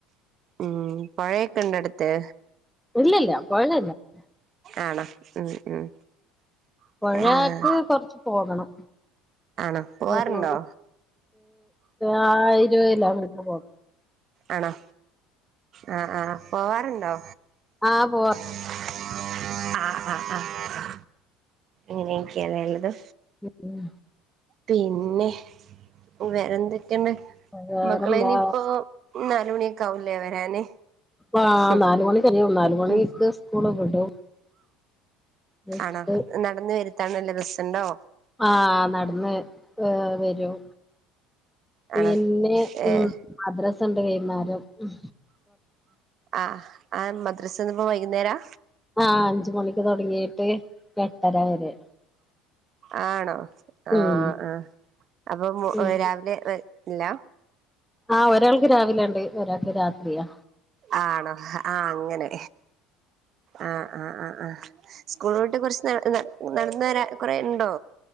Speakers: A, on the right; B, in the centre.
A: ഉം പുഴയൊക്കെ ഇണ്ടോ അടുത്ത്
B: ഇല്ല ഇല്ല പൊഴ ഒന്നും ഇല്ല
A: ആണോ ഉം ഉം
B: പൊഴക്ക്
A: ആഹ്
B: കൊറച്ച് പോകണം
A: ആണോ പോവാറുണ്ടോ
B: ഒരു ആ ഇരുപത് കിലോമീറ്റർ പോണം
A: ആണോ ആ ആഹ് പോവാറുണ്ടോ
B: ആഹ് പോവാ
A: ആഹ് ആഹ് ആഹ് അങ്ങനെ ഒക്കെയാലേ ഉള്ളത്
B: ഉം ഉം
A: പിന്നെ വേറെന്തൊക്കെ ഉണ്ട്
B: വേറെന്താ
A: മക്കള് ഇനിയിപ്പോ നാലുമണിയൊക്കെ ആവുല്ലേ വരാന്
B: ആ
A: ഉം
B: നാല് മണി കഴിയും നാലുമണിക്ക്
A: ഉം
B: സ്കൂള് വിടും വിട്ടിട്ട്
A: ആണോ നടന്ന് വരുത്താണല്ലോ ബസുണ്ടോ
B: ആഹ് നടന്ന് ഏ വരും പിന്നെ
A: ആണോ ഏഹ്
B: ഉം മദ്രാസ് ഉണ്ട് വൈന്നേരം ഉം
A: ആഹ് ആ മദ്രസ് ഇന്നിപ്പോ വൈകുന്നേരാ
B: ആ അഞ്ച് മണിക്ക് തുടങ്ങിയിട്ട് എട്ടര വരെ
A: ആണോ ആഹ്
B: ഉം
A: ആ അപ്പൊ
B: ഉം
A: രാവിലെ ഇല്ല
B: ആഹ് ഒരാൾക്ക് രാവിലെണ്ട് ഒരാൾക്ക് രാത്രിയാ
A: ആണോ ആ അങ്ങനെ ആഹാ ആഹ് ആഹ് ആഹ് സ്കൂള് വിട്ട് കുറച്ച് നടന്ന് നടന്ന് വരാന്ന് കുറെ ഉണ്ടോ